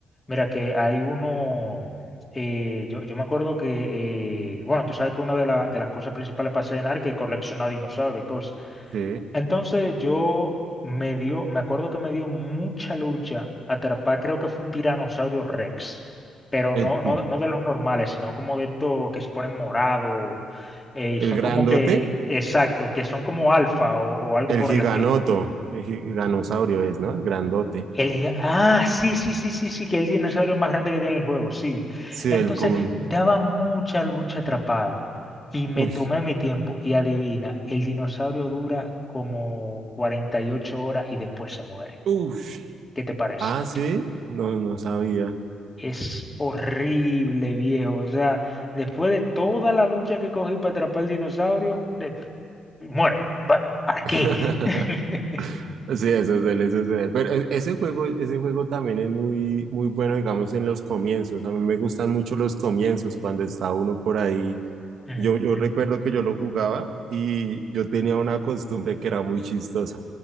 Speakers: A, on the left; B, on the right.
A: Mira que hay uno, eh, yo, yo me acuerdo que, eh, bueno, tú sabes que una de, la- de las cosas principales para hacer en Ark es coleccionar dinosaurios y cosas.
B: Sí,
A: Entonces yo me dio, me acuerdo que me dio mucha lucha atrapar, creo que fue un tiranosaurio Rex, pero
B: el
A: no,
B: tir-
A: no, no de los normales, sino como de estos que se ponen morado eh, y son
B: El grandote,
A: como que, exacto, que son como alfa o, o algo
B: el
A: por
B: giganoto,
A: el estilo.
B: el gi- giganosaurio es, ¿no? El grandote.
A: El giga- ah, sí, sí, sí, sí, sí, que el dinosaurio más grande que tiene el juego, sí.
B: Sí,
A: Entonces,
B: el común.
A: daba mucha lucha atraparlo. Y me
B: Uf,
A: tomé mi tiempo. Y adivina, el dinosaurio dura como 48 horas y después se muere.
B: uf.
A: ¿Qué te parece?
B: Ah, sí, no, no sabía.
A: Es horrible, viejo. O sea, después de toda la lucha que cogí para atrapar el dinosaurio, de- muere. Va- ¿Para qué?
B: <laughs>
A: <laughs>
B: Sí, eso es él, eso Pero e- ese juego, ese juego también es muy, muy bueno, digamos, en los comienzos. A mí me gustan mucho los comienzos, cuando está uno por ahí.
A: Ujú,
B: Yo, yo
A: ujú.
B: recuerdo que yo lo jugaba y yo tenía una costumbre que era muy chistosa.